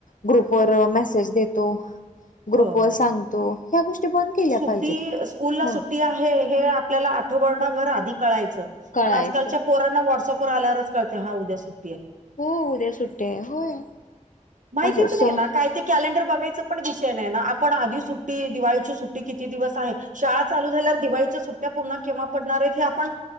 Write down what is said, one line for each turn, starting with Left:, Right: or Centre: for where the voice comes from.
Left: ग्रुपवर आज देतो ग्रुप
Right: हो
Left: वर सांगतो
Right: हो
Left: या गोष्टी बंद केल्या
Right: सुट्टी
Left: पाहिजेत.
Right: स्कूल ला
Left: हा
Right: सुट्टी आहे हे आपल्याला आठवाभर आधी कळायचं
Left: कळायचं
Right: पण आजकालच्या पोरांना व्हॉट्सअपवर आल्यावरच कळतेय हा उद्या सुट्टी आहे.
Left: हो उद्या सुट्टी आहे होय.
Right: माहितीच
Left: असं सण
Right: नाही ना काय ते? कॅलेंडर बघायच पण विषय नाही ना आपण आधी सुट्टी दिवाळीची सुट्टी किती दिवस आहे. शाळा चालू झाल्यावर दिवाळीच्या सुट्ट्या पूर्ण केव्हा पडणार आहेत हे आपण